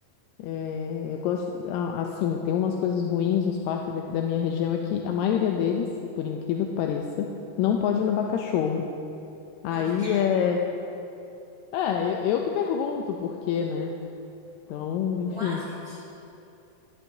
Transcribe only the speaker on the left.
É, eu gosto, a- assim, tem umas coisas ruins nos parques aqui da minha região, é que a maioria deles, por incrível que pareça, não pode levar cachorro. Aí
é, é, eu, eu que pergunto por quê, né? Então, enfim.